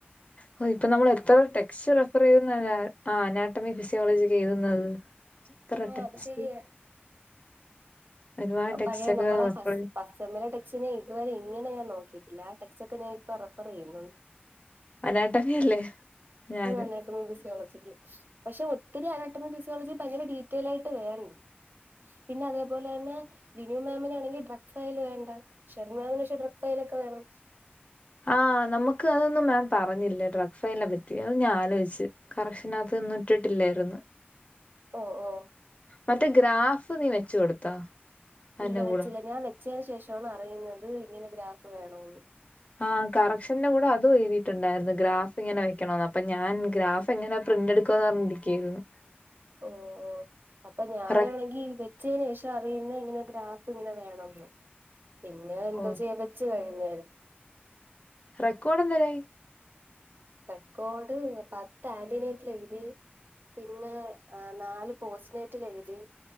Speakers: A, on the left; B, on the right.
A: ഹോ ഇപ്പൊ നമ്മള് എത്ര ടെക്സ്റ്റ് റെഫർ ചെയ്തെന്നറിയാവോ ആ അനാട്ടമി ഫിസിയോളജി ഒക്കെ എഴുതുന്നത്. എത്ര
B: ആഹ്
A: ടെക്സ്റ്റ്
B: അത് ശരിയാ
A: ഒരുപാട് ടെക്സ്റ്റ്
B: പഴയേ
A: ഒക്കെ
B: നമ്മളെ
A: റെഫർ
B: ഫസ് ഫസ് സെമ്മിലെ ടെക്സിനെ ഇതുവരെ ഇങ്ങനെ ഞാൻ നോക്കിയിട്ടില്ല ആ ടെക്സ്റ്റ് ഒക്കെ ഞാൻ ഇപ്പ റഫർ ചെയ്യുന്നൊ
A: അനാട്ടമി അല്ലേ ഞാനും
B: ആഹ് അനാട്ടമി ഫിസിയോളജിക്ക് പഷെ ഒത്തിരി അനാട്ടമി ഫിസിയോളജി ഭയങ്കര ഡീറ്റെയിൽ ആയിട്ട് വേണ് പിന്നെ അതേപോലെ തന്നെ ലിനു മാമിനാണെങ്കിൽ ഡ്രഗ് ഫയല് വേണ്ട ഷെറിൻമാമിന് പക്ഷെ ഡ്രക്ഫയലൊക്കെ വേണം.
A: ആഹ് നമുക്ക് അതൊന്നും മാം പറഞ്ഞില്ല ഡ്രഗ് ഫൈലിനെ പറ്റി അത് ഞാൻ ആലോയിച്ച് കറഷനത്ത് ഇന്ന് ഇട്ടിട്ടില്ലായിരുന്ന്
B: ഓഹ് ഓഹ്
A: മറ്റേ ഗ്രാഫ് നീ വെച്ച് കൊടുത്തോ? അതിന്റെ
B: ഇല്ല വെച്ചില്ല
A: കൂടെ
B: ഞാൻ വെച്ചേന് ശേഷാണ് അറിയുന്നത് ഇങ്ങനെ ഗ്രാഫ് വേണോന്ന്
A: ആ കറക്ഷന്റെ കൂടെ അത് എഴുതിട്ടുണ്ടായിരുന്നു ഗ്രാഫ് ഇങ്ങനെ വെക്കണോന്ന് അപ്പൊ ഞാൻ ഗ്രാഫ് പ്പ എങ്ങനെ പ്രിന്റ് എടുക്കുവന്ന് പറഞ്ഞിരിക്കായിരുന്നു.
B: ഓഹ് ഓഹ് അപ്പൊ ഞാനാണെങ്കി
A: റെക്
B: വെ ച്ചേന് ശേഷ അറിയുന്നെ ഇങ്ങനെ ഗ്രാഫ് ഇങ്ങനെ വേണംന്ന് പിന്നെ എന്തോചെയ്യാപ
A: ഓ
B: ച്ച് കഴിഞ്ഞാരു
A: റെക്കോർഡ് എന്തെരായി?
B: റെക്കോർഡ് പത്ത് ആന്റനേറ്റില് എഴുതി പിന്നെ നാല് പോസ്നെറ്റിൽ എഴുതി